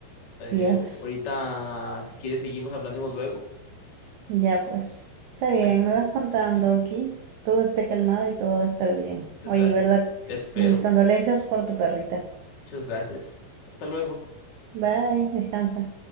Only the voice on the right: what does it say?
Dios.
Ya pues. Está
bien, me vas contando
aquí. Todo esté calmado y todo va a estar bien.
Oye,
¿verdad?
Mis condolencias por tu perrita.
Bye, descansa.